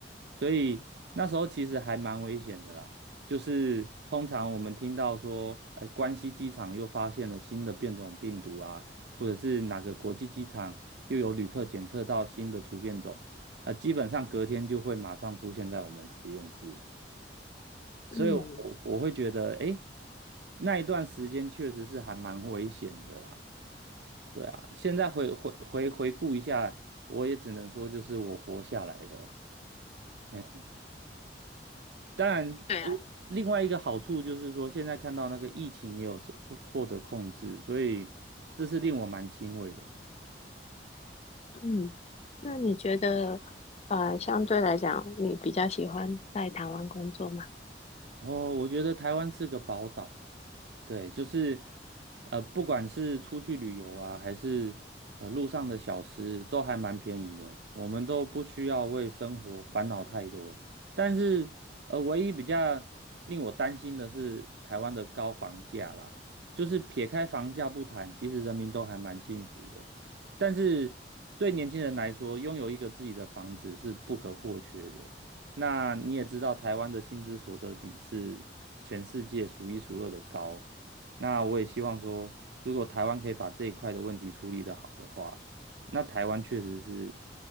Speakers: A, on the right (about 70°); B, on the left (about 35°).
A: 所以那时候其实还蛮危险的啦。就是通常我们听到说，哎、关西机场又发现了新的变种病毒啊，或者是哪个国际机场又有旅客检测到新的突变种，呃，基本上隔天就会马上出现在我们实验室。所以我我会觉得，
B: 嗯。
A: 哎，那一段时间确实是还蛮危险的啦。对啊，现在回回回回顾一下，我也只能说就是我活下来了。哎，当然，
B: 对啊。
A: 我另外一个好处就是说，现在看到那个疫情也有是获获得控制，所以这是令我蛮欣慰的。
B: 嗯，那你觉得，呃，相对来讲，你比较喜欢在台湾工作吗？
A: 哦，我觉得台湾是个宝岛。对，就是呃，不管是出去旅游啊，还是呃路上的小吃，都还蛮便宜的，我们都不需要为生活烦恼太多。但是呃，唯一比较令我担心的是台湾的高房价啦，就是撇开房价不谈，其实人民都还蛮幸福的。但是对年轻人来说，拥有一个自己的房子是不可或缺的。那你也知道，台湾的薪资所得比是全世界数一数二的高。那我也希望说，如果台湾可以把这一块的问题处理的好的话，那台湾确实是